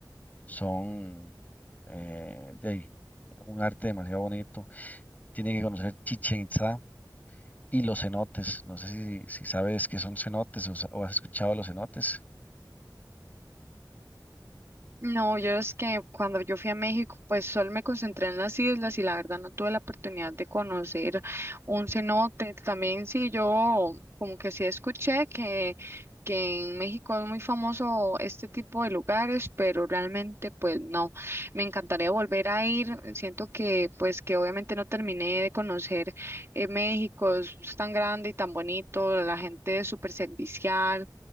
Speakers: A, on the left; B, on the right.
A: son eh, de ahí, un arte demasiado bonito. Tienen que conocer Chichen Itza y los cenotes. No sé si, si sabes qué son cenotes o, sa- o has escuchado de los cenotes.
B: No, yo es que cuando yo fui a México, pues solo me concentré en las islas y la verdad no tuve la oportunidad de conocer un cenote. También sí, yo como que sí escuché que, que en México es muy famoso este tipo de lugares, pero realmente pues no. Me encantaría volver a ir. Siento que pues que obviamente no terminé de conocer eh, México, es, es tan grande y tan bonito, la gente es súper servicial